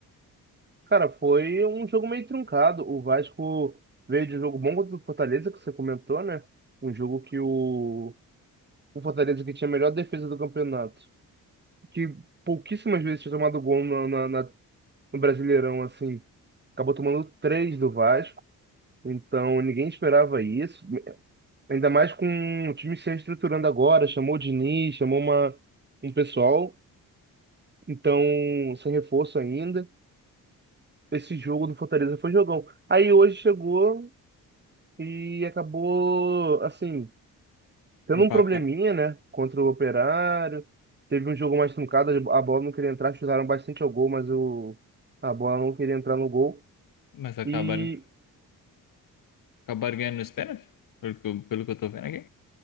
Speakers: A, on the right; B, on the left.
A: Cara, foi um jogo meio truncado. O Vasco veio de um jogo bom contra o Fortaleza, que você comentou, né? Um jogo que o, o Fortaleza que tinha a melhor defesa do campeonato, que pouquíssimas vezes tinha tomado gol na, na- na- no Brasileirão, assim, acabou tomando três do Vasco. Então ninguém esperava isso. Ainda mais com o time se reestruturando agora, chamou o Diniz, chamou uma, um pessoal, então sem reforço ainda. Esse jogo do Fortaleza foi jogão. Aí hoje chegou e acabou, assim, tendo
B: Empatando.
A: um probleminha, né, contra o Operário. Teve um jogo mais truncado, a bola não queria entrar, chutaram bastante ao gol, mas o, a bola não queria entrar no gol
B: Mas acabaram
A: e
B: Acabaram ganhando nos pênaltis? Porque- Pelo que eu tô vendo aqui.